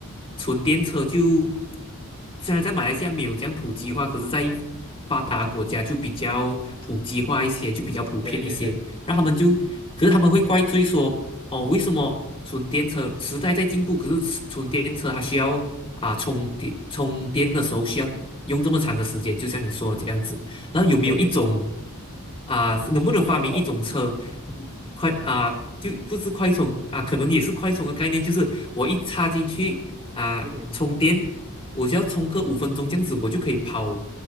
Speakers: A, on the left; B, on the right.
A: 纯电车就虽然在马来西亚没有这样普及化，可是在发达国家就比较普及化一些，就比较普遍一些。
B: 对对对
A: 然后他们就，可是他们会怪罪说，哦，为什么纯电车时代在进步，可是纯电车它需要啊充电充电的时候需要用这么长的时间，就像你说的这样子。然后有没有一种
B: 对，
A: 啊、能不能发明一种车，
B: 快充，
A: 嗯快啊、就不是快充啊、可能也是快充的概念，就是我一插进去啊、
B: 嗯哼，
A: 充电，我只要充个五分钟这样子，我就可以跑